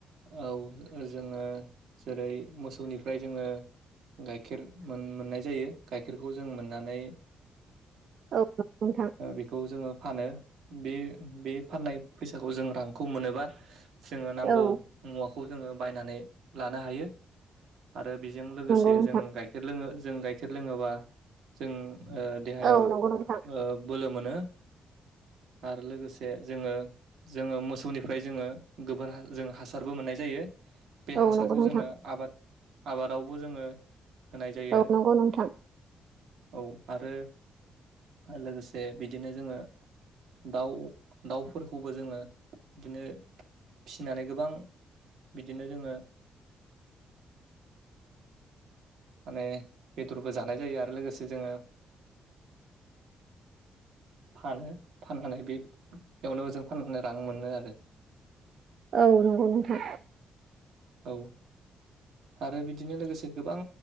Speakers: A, on the right; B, on the right.
A: औ जोङो जेरै मोसौनिफ्राय जोङो गाइखेर मोननाय जायो गाइखेरखौ जों मोननानै
B: औ नंगौ नोंथां
A: बेखौ जोङो फानो बे बे फाननाय फैसाखौ जों रांखौ मोनोबा जोङो नांगौ
B: औ
A: मुवाखौ खौ जोङो बायनानै लानो हायो आरो बेजों लोगोसे
B: नंगौ नोंथां
A: जों गाइखेर लोङो जों गाइखेर लोङोबा जों देहायाव
B: औ नंगौ नोंथां
A: बोलो मोनो आरो लोगोसे जोङो जोङो मोसौनिफ्राय जोङो गोबोर जों हासारबो मोननाय जायो। बे
B: औ
A: हासारखौ
B: नंगौ नोंथां
A: जोङो आबाद आबादावबो जोङो होनाय जायो
B: औ
A: आरो
B: नंगौ नोंथां
A: औ आरो आरो लोगोसे बिदिनो जोङो दाउ दाउफोरखौबो जोङो बिदिनो फिसिनानै गोबां बिदिनो जोङो माने बेदरबो जानाय जायो आरो लोगोसे जोङो। फानो फाननानै बेयावनो जों फाननानै रां मोनो आरो।
B: औ नंगौ नोंथां।
A: औ। आरो बिदिनो लोगोसे गोबां